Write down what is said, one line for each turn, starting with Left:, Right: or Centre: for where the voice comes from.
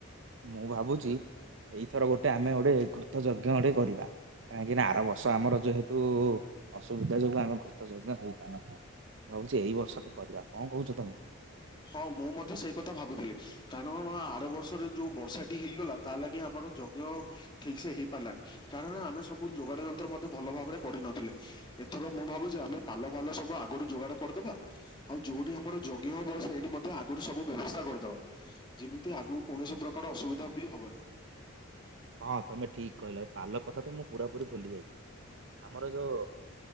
Right: ମୁଁ ଭାବୁଛି ଏଇଥର ଗୋଟେ ଆମେ ଗୋଟେ ଘୃତ ଯଜ୍ଞ ଗୋଟେ କରିବା କାହିଁକି ନା ଆର ବର୍ଷ ଆମର ଯେହେତୁ ଅସୁବିଧା ଯୋଗୁ ଆମେ ଘୃତ ଯଜ୍ଞ ହେଇପାରୁନାହାନ୍ତି ମୁଁ ଭାବୁଛି ଏଇ ବର୍ଷଟେ କରିବା କଣ କହୁଛ ତମେ?
Left: ହଁ ମୁଁ ମଧ୍ୟ ସେଇ କଥା ଭାବୁଥିଲି କାରଣ ଆର ବର୍ଷରେ ଯୋଉ ବର୍ଷାଟି ହେଇଗଲା ତା ଲାଗି ଆମର ଯଜ୍ଞ ଠିକ ସେ ହେଇପାରିଲାନି କାରଣ ଆମେ ସବୁ ଯୋଗାଡ ଯନ୍ତ୍ର ମଧ୍ୟ ଭଲ ଭାବରେ କରିନଥିଲେ ଏଥର ମୁଁ ଭାବୁଛି ଆମେ ପାଲ ଫାଲ ସବୁ ଆଗରୁ ଯୋଗାଡ କରିଦେବା ଆଉ ଯୋଉଠି ଆମର ଯଜ୍ଞ ସେଇ ମଧ୍ୟ ଆଗରୁ ସବୁ ବ୍ୟବସ୍ଥା କରିଦବା ଯେମିତି ଆଗକୁ କୌଣସି ପ୍ରକାର ଅସୁବିଧା ବି ହବନି।
Right: ହଁ ତମେ ଠିକ୍ କହିଲ ଏ ପାଲ କଥା ତ ମୁଁ ପୁରାପୁୀ ଭୁଲି ଯାଇଥିଲି ଆମର ଯୋଉ